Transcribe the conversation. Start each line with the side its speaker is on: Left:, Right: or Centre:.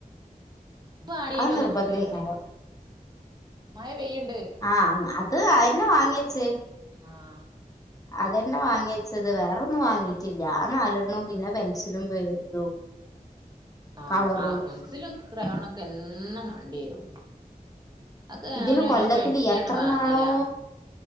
Right: ആഡ് ചെയ്യല്ലോ
Left: അത് നിർബന്ധയ്കാരം.
Right: ജൂനിയറ് മഴ പെയ്യ്ണ്ട്.
Left: ആ അത് അഅന്നെ വാങ്ങിച്ചെത്
Right: ആഹ്.
Left: അതന്നെ വാങ്ങച്ചത് വേറൊന്നും വാങ്ങീട്ടില്ല ആ നാലെണ്ണും പിന്നെ പെൻസിലും പെൻ ഇതും.
Right: ആ
Left: കളറും
Right: ആ പെൻസിലും ക്രയോണൊക്കെ എന്നും മാണ്ട്യരും. അക്കെ ഞാനോരോ
Left: ഇതിന് കൊല്ലത്തില്
Right: പെട്ട്യാണ്ട്
Left: എത്രണ്ണാണോ
Right: വാങ്ങലാ